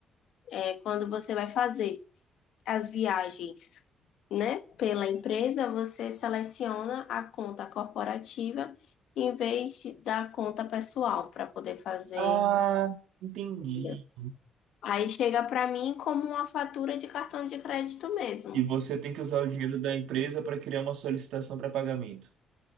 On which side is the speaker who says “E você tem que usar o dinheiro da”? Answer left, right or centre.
Right